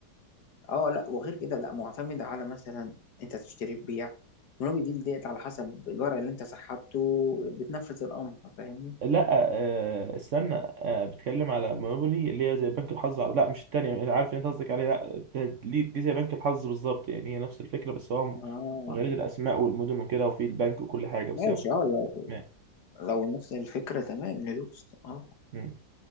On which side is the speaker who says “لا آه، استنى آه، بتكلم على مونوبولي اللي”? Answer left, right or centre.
Right